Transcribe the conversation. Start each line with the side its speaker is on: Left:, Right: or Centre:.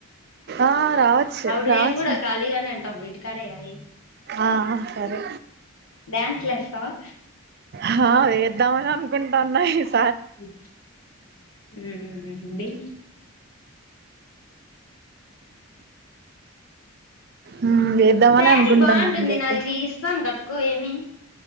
Right: ఆ రావచ్చు
Left: అప్పుడు
Right: రావచ్చు
Left: ఏం కూడా ఖాళీగానే అంటాం ఇంటికాడేయాలి
Right: ఆ సరే
Left: డ్యాన్స్ లేస్తావా
Right: హా వేద్దామని అనుకుంటన్నా హిస్
Left: ఉ ఊ ఊ ఊ ఉండి.
Right: ఊ వేద్దామని
Left: శారీ
Right: అనుకుంటాన్నా
Left: బాగుంటుంది
Right: ఇంకేప్
Left: నాది ఇస్తాను కట్టుకో ఏమి